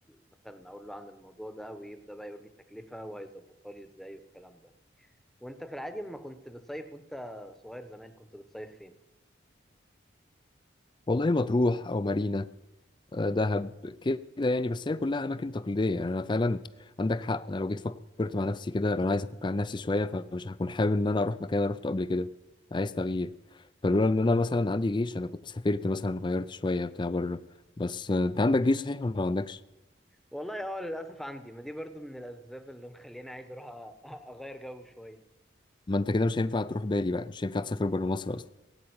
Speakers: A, in the centre; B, on the left (about 25°).
A: مثلا أقول له عن الموضوع ده ويبدأ بقى يقول لي التكلفة وهيظبطها لي إزاي والكلام ده وأنت في العادي لما كنت بتصيف وأنت صغير زمان كنت بتصيف فين؟
B: والله مطروح او مارينا آه، دهب كده يعني بس هي كلها اماكن تقليديه يعني انا فعلا عندك حق انا لو جيت فكرت مع نفسي كده لو انا عايز افك عن نفسي شويه فمش هكون حابب ان انا اروح مكان انا روحته قبل كده عايز تغيير فلولا ان انا مثلا عندي جيش انا كنت سافرت مثلا غيرت شويه بتاع بره بس آه، انت عندك جيش صحيح ولا ما عندكش
A: والله اه للاسف عندي ما دي برضو من الاسباب اللي مخليني عايز اروح أ- اغير جو شويه
B: ما انت كده مش هينفع تروح بالي بقى مش هينفع تسافر بره مصر اصلا